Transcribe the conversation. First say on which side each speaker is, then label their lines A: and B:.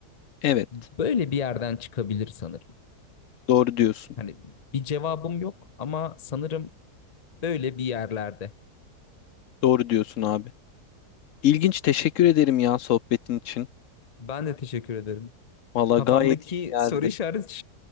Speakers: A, on the left (about 65°); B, on the left (about 50°).
A: evet.
B: Böyle bir yerden çıkabilir sanırım.
A: Doğru diyorsun.
B: Hani bir cevabım yok ama sanırım böyle bir yerlerde.
A: Doğru diyorsun abi. İlginç. Teşekkür ederim ya sohbetin için.
B: Ben de teşekkür ederim.
A: Valla
B: Kafamdaki
A: gayet iyi geldi.
B: soru işareti